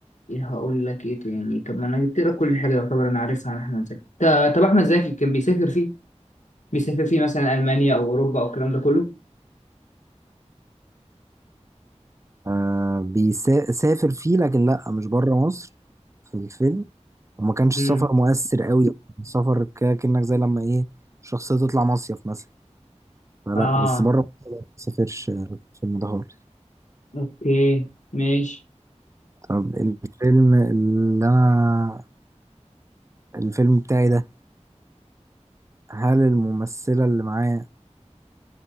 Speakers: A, on the left; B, on the right.
A: هقول لك ايه تاني طب ما انا جبت لك كل حاجه يعتبر انا عارفها عن احمد زكي ط- طب احمد زكي كان بيسافر فيه بيسافر فيه مثلا المانيا او اوروبا او الكلام ده كله
B: آه بيسافر فيه لكن لا مش بره مصر في الفيلم وما كانش
A: امم
B: السفر مؤثر قوي سفر ك- كأنك زي لما ايه الشخصية تطلع مصيف مثلا فلا
A: اه
B: بس بره مصر لا، ما سافرش آه، الفيلم ده خالص
A: اوكي ماشي
B: طب الفيلم اللي انا الفيلم بتاعي ده هل الممثلة اللي معاه